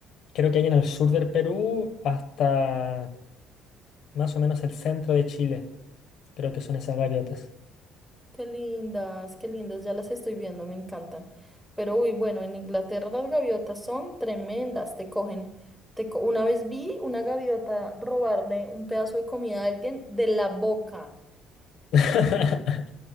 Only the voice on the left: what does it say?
Creo que hay en el sur del Perú hasta más o menos el centro de Chile. Creo que son esas gaviotas.
<laughs>